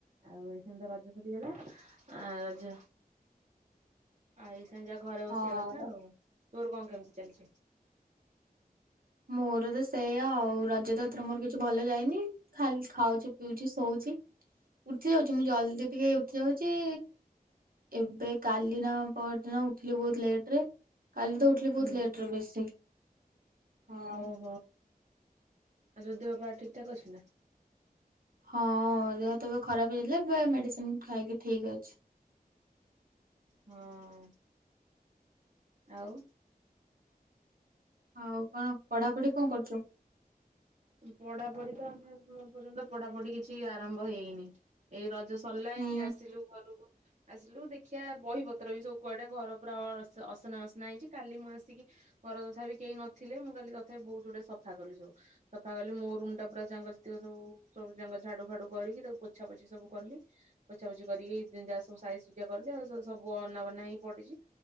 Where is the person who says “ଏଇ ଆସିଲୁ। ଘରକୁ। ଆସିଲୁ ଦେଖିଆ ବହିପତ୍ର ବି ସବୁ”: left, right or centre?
Right